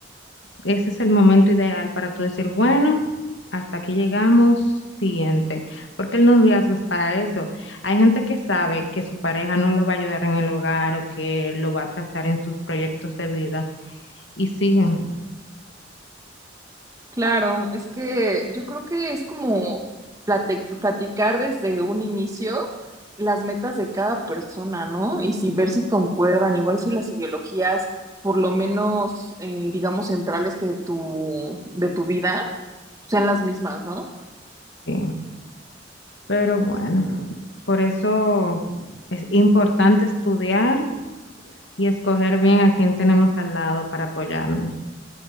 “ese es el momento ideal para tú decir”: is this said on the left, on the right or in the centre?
Left